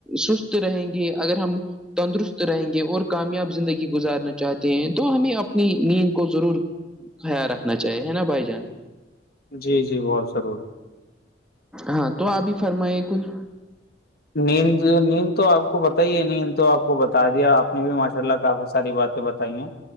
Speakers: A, in the centre; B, on the left.
A: سست رہیں گے اگر ہم تندرست رہیں گے اور کامیاب زندگی گزارنا چاہتے ہیں تو ہمیں اپنی نیند کو ضرور خیال رکھنا چاہیے ہے نا بھائی جان
B: جی جی بہت ضروری
A: ہاں تو آپ بھی فرمائی کچھ
B: نیند نیند تو آپ آپ کو بتائیے نہیں تو آپ کو بتا دیا آپ نے بھی ماشاء اللہ کافی ساری باتیں بتائی ہیں